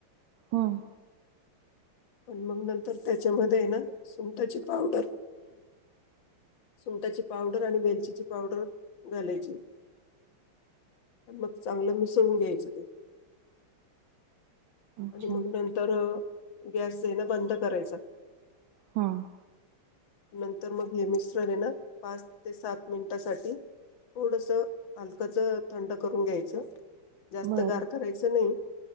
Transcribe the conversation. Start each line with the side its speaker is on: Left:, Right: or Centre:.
Right: हं.
Left: पण मग नंतर त्याच्यामध्ये आहे ना, सुंटाची पावडर सुंटाची पावडर आणि वेलचीची पावडर घालायची. आणि मग चांगलं मिसळून घ्यायचं ते.
Right: अच्छा
Left: आणि मग नंतर गॅस येणं बंद करायचं.
Right: हम्म.
Left: नंतर मग हे मिश्रण हेना पाच ते सात मिनिटांसाठी थोडसं हलकंच थंड करून घ्यायचं. जास्त
Right: बरं
Left: गार करायचं नाही,